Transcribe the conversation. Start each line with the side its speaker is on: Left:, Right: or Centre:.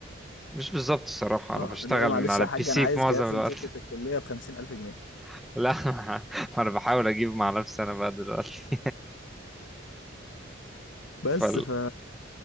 Centre: مش بالظبط الصراحة انا
Left: اه
Centre: بشتغل
Left: اللي هو معلش
Centre: من على
Left: يا
Centre: البي
Left: حاج
Centre: سي
Left: انا عايز
Centre: في معظم
Left: جهاز
Centre: الوقت
Left: لمذاكرة الكلية بخمسين ألف جنيه
Centre: <laughs> لا <laughs> انا بحاول اجيب مع نفسي انا بقى دلوقتي
Left: بس
Centre: <laughs>
Left: ف